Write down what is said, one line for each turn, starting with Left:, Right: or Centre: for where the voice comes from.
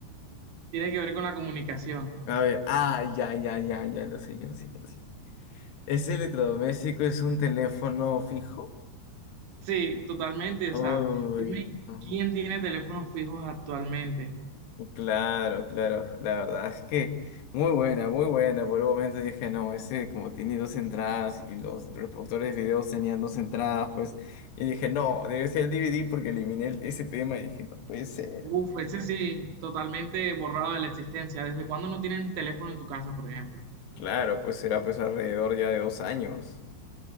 Right: Tiene que ver con la comunicación.
Left: A ver, ah, ya, ya, ya, ya lo sé, ya lo sé, ya lo sé. ¿Ese electrodoméstico es un teléfono fijo?
Right: Sí, totalmente. O
Left: Uy,
Right: sea, dime
Left: no.
Right: quién tiene teléfonos fijos actualmente.
Left: Claro, claro, la verdad es que muy buena, muy buena. Por un momento dije, no, ese como tiene dos entradas y los, los productores de videos tenían dos entradas, pues, y dije, no, debe ser el DVD porque eliminé el- ese tema y dije, no puede ser.
Right: Uf, ese sí, totalmente borrado de la existencia. ¿Desde cuándo no tienen teléfono en tu casa, por ejemplo?
Left: Claro, pues será pues alrededor ya de dos años.